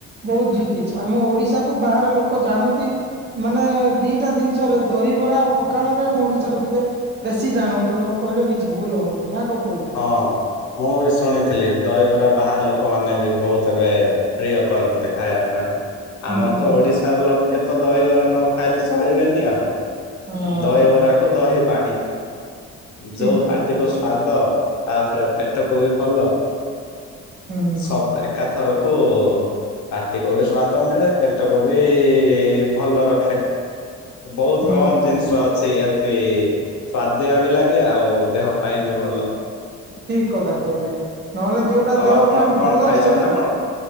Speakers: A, on the right; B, on the left.
A: ବହୁତ ଜିତିଛି ଆମ ଓଡିଶା କୁ ବାହାରେ ଲୋକ ଜାଣନ୍ତି। ମାନେ ଦିଟା ଜିନିଷରେ ଦହିବରା ଆଉ ପଖାଳରେ ଆମ ଓଡିଶାକୁ ଟିକେ ବେଶୀ ଜାଣନ୍ତି। ଏତେ ଲୋକ କହିଲେ କିଛି ଭୁଲ ହବନି ନା କଣ କହିବେ?
B: ହଁ ମୁଁ ବି ଶୁଣିଥିଲି ଦହିବରା ବାହାର ଲୋକମାନେ ବି ବହୁତ ଏବେ ପ୍ରିୟ କରନ୍ତି ଖାଇବା ପାଇଁ
A: ହୁଁ
B: ଆମର ତ ଓଡ଼ିଶାର ଲୋକେ ତ ଦହିବରା ନ ଖାଇଲେ ଚଳିବେନି ଆଉ
A: ହଁ
B: ଦହିବରାକୁ ଦହି ପାଣି।
A: ଠିକ
B: ଯୋଉ ପାଟିକୁ
A: କଥା କହିଲେ
B: ସ୍ଵାଦ ତାପରେ ପେଟକୁ ବି ଭଲ।
A: ହୁଁ ହୁଁ
B: ସବୁ
A: ହୁଁ।
B: ଏକାଥରକୁ ପାଟିକୁ ବି ସ୍ଵାଦ ମିଳେ ପେଟକୁ ବି ଭଲ ରଖେ। ବହୁତ
A: ହୁଁ
B: କମ
A: ଆଜ୍ଞା
B: ଜିନିଷ ଅଛି ଏମି ଏତେ ସ୍ୱାଦିଆ ବି ଲାଗେ ଆଉ ଦେହ ପାଇଁ ବି ଭଲ।
A: ଠିକ କଥା କହିଲେ ନହେଲେ ଯୋଉଟା
B: ଆଉ
A: ଦେହ
B: ଆପଣ
A: ପାଇଁ
B: କଣ
A: ଭଲ
B: ଖାଇଛନ୍ତି
A: ସେଇଟା
B: ନା କଣ?